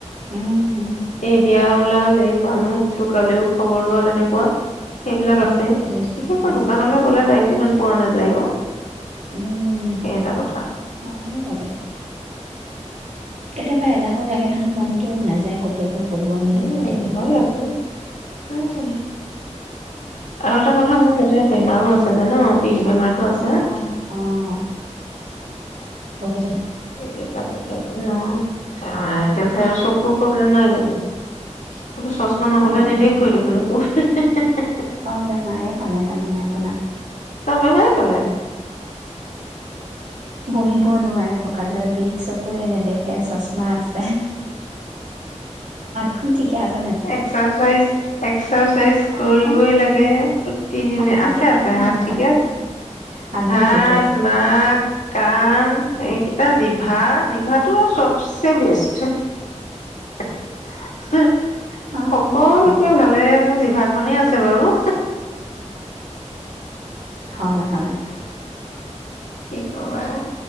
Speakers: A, on the right; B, on the left.
A: উম,
B: এই বিয়া ওলাল এই মানুহ তটো কালেও খবৰ লোৱা তেনেকুৱা। সেইবিলাক
A: উম,
B: আছে
A: বুজিছো
B: বিশেষকৈ দোকানলৈ
A: আছে।
B: গ'লে টাইমটো ইমান পোৱা নাযায় বা
A: উম,
B: সেই এটা কথা।
A: হয় অৱশ্যে কেতিয়াবা এলাহো লাগে নহয় মনটো নাযায় ক'তো। একো কৰিব নি
B: হয়
A: ভৰি থাকিব মন
B: আকৌ
A: যায়।
B: উম, আৰু এটা কথা মোৰ তাতে বে মাহো আছে যে ন'। পিক বেমটো আছে।
A: অঁ অঁ বহি থাকি
B: <unintelligible> কথা। কেল আৰু চকুৰ প্ৰব্লেম নহয় গ এইবটো চচমা নহলে
A: অঁ
B: নেদেখোৱে দেখোন এক একো।
A: চব বেমাৰ পালে তাৰমানে আপোনাক।
B: চব বেমাৰে পালে।
A: বহিবও নোৱাৰে, ককালৰ বিষ। চকুৱে নেদেখ এ‌ চচমা আছে খন ঠিকে আছ
B: এক্সাৰচাইজ, এক্সাৰচাইজ
A: হাতখন
B: কৰিবই লাগে তিদিনে,
A: হাতখন
B: আছে
A: ঠিকে
B: আছে,
A: নে
B: হাত
A: নাই
B: ঠিকে
A: হাতখন
B: আছে। হাত,
A: ভৰি ঠিকে আছে
B: নাক, কাণ এইকেইটা জিভা জিভাটো আৰু চবচে বেষ্ট। <inaudible>
A: হয়
B: সকলোতকৈ
A: হয়
B: ভালেৰে মোৰ জিভাখনেই আছে বাৰু
A: হয় হয়
B: কি কবা